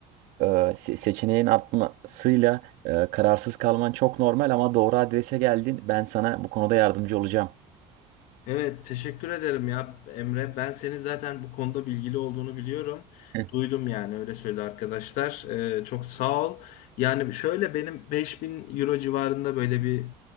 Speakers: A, on the right; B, on the left.
A: e, se- seçeneğin artmasıyla e, kararsız kalman çok normal ama doğru adrese geldin. Ben sana bu konuda yardımcı olacağım.
B: Evet, teşekkür ederim ya Emre. Ben senin zaten bu konuda bilgili olduğunu biliyorum.
A: Evet.
B: Duydum yani öyle söyledi arkadaşlar. Ee, çok sağ ol. Yani şöyle benim 5000 euro civarında böyle bir